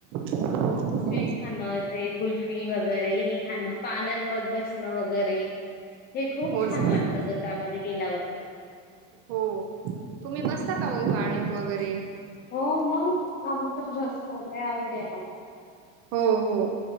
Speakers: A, on the right; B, on the left.
A: हो हो
B: स्वीट खाणं ते कुल्फी वगैरे हे खाणं पाण्यात बघ बस वगैरे हे खूप
A: हो
B: छान
A: ना
B: वाटतं
A: हो ना
B: जतामध्ये गेल्यावर
A: हो तुम्ही बसता का मग पाळणत
B: हो
A: वगैरे
B: हो मंग आम्ही तर बसतो, लय आवडय हाय आमाला.
A: हो हो